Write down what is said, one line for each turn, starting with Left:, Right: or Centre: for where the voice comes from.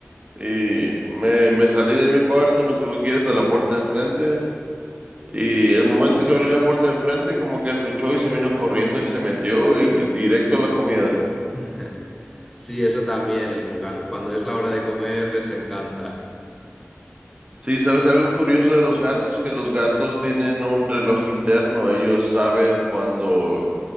Right: Y me, me salí de mi cuarto, me tuve que ir hasta la puerta de enfrente. Y el momento que abrí la puerta de enfrente, como que escuchó y se vino corriendo y se metió y fue directo a la comida.
Centre: <laughs> Sí, eso también, el gal- cuando es la hora de comer les encanta.
Right: Sí, ¿sabes algo curioso de los gatos? Que los gatos tienen un reloj interno. Ellos saben cuando,